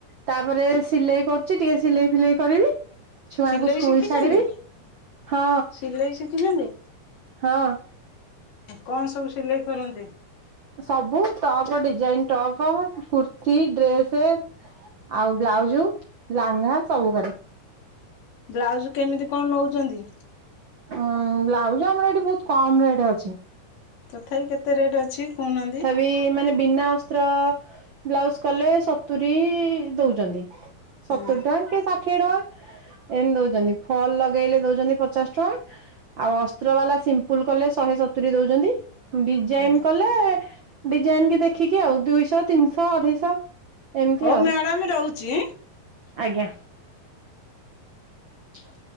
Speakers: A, on the right; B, on the left.
A: ତାପରେ ସିଲେଇ କରୁଛି ଟିକେ ସିଲେଇ ଫିଲେଇ କରିବି ଛୁଆଙ୍କୁ
B: ସିଲେଇ
A: ସ୍କୁଲ
B: ଶିଖିଛନ୍ତି
A: ଛାଡିବି ହଁ
B: ସିଲେଇ ଶିଖିଛନ୍ତି
A: ହଁ।
B: କଣ ସବୁ ସିଲେଇ କରନ୍ତି?
A: ସବୁ top design top kurti dress ଆଉ ବ୍ଲାଉଜ ଲାଙ୍ଗା ସବୁ କରେ।
B: ବ୍ଲାଉଜ କେମିତି କଣ ନଉଛନ୍ତି।
A: ଉଁ ବ୍ଲାଉଜ ଆମର ଏଠି ବହୁତ କମ ରେଟ ଅଛି।
B: ତଥାପି କେତେ ରେଟ୍ ଅଛି କହୁନାହାନ୍ତି।
A: ଏଇ ମାନେ ବିନା ଅସ୍ତ୍ର ବ୍ଲାଉଜ କଲେ ସତୁରୀ ଦଉଛନ୍ତି। ସତୁର
B: ହଁ
A: ଟଙ୍କା କେ ଷାଠ ଠିଏ ଏମିତି ଦଉଛନ୍ତି ଫଲ ଲଗେଇଲେ ଦଉଛନ୍ତି ପଚାଶ ଟଙ୍କା। ଆଉ ଅସ୍ତ୍ର ବାଲା ସିମ୍ପଲ କଲେ ଶହେ ସତୁରି ଦଉଛନ୍ତି। ଡିଜାଇନ
B: ହଁ
A: କଲେ ଡିଜାଇନ କି ଦେଖିକି ଆଉ ଦୁଇଶହ ତିନିଶହ ଅଢେଇଶହ। ଏମିତି
B: ହଉ
A: ଆଉ
B: ମ୍ୟାଡ଼ାମ ରହୁଛି।
A: ଆଜ୍ଞା। ହ